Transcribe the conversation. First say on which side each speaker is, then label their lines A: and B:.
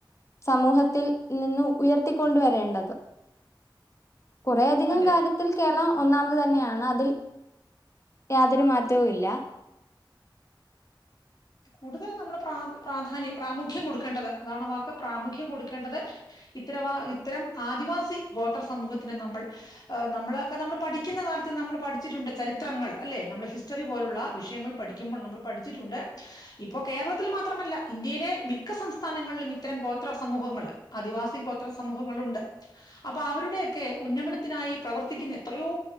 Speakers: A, on the left; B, on the left.
A: സമൂഹത്തിൽ നിന്ന് ഉയർത്തിക്കൊണ്ട് വരേണ്ടത് കുറേയധികം
B: അതെ
A: കാര്യത്തിൽ കേരളം ഒന്നാമത് തന്നെയാണ് അതിൽ യാതൊരു മാറ്റവും ഇല്ല
B: കൂടുതൽ നമ്മൾ പ്രാധാന്യം പ്രാമുഖ്യം കൊടുക്കേണ്ടത് അതാണ് വാക്ക് പ്രാമുഖ്യം കൊടുക്കേണ്ടത് ഇത്തരവാ ഇത്തരം ആദിവാസി ഗോത്ര സമൂഹത്തിന് നമ്മൾ അ് നമ്മളൊക്കെ നമ്മൾ പഠിക്കുന്ന കാലത്ത് നമ്മൾ പഠിച്ചിട്ടുണ്ട് ചരിത്രങ്ങൾ അല്ലെ നമ്മൾ ഹിസ്റ്ററി പോലുള്ള വിഷയങ്ങൾ പഠിക്കുമ്പോൾ നമ്മൾ പഠിച്ചിട്ടുണ്ട് ഇപ്പോ കേരളത്തിൽ മാത്രമല്ല ഇന്ത്യയിലെ മിക്ക സംസ്ഥാനങ്ങളിലും ഇത്തരം ഗോത്ര സമൂഹങ്ങൾ ആദിവാസി ഗോത്ര സമൂഹങ്ങളുണ്ട് അപ്പൊ അവരുടെയൊക്കെ ഉന്നമനത്തിനായി പ്രവർത്തിക്കുന്ന എത്രയോ